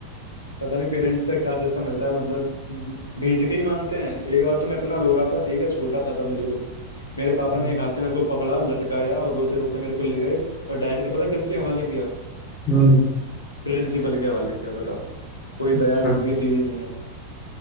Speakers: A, on the left (about 80°); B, on the left (about 20°).
A: पता नहीं पेरेंट्स का क्या सिस्टम रहता है मतलब भेज के ही मानते हैं एक बार तो मैं इतना रो रहा था ठीक है छोटा था तब बिल्कुल मेरे पापा
B: हम्म,
A: ने एक हाथ से मेरे को पकड़ा लटकाया और रोते रोते मेरे को ले गए और डायरेक्ट पता है किसके हवाले किया
B: हम्म,
A: प्रिंसिपल के हवाले किया बताओ कोई
B: अच्छा
A: दया नाम की चीज ही नहीं है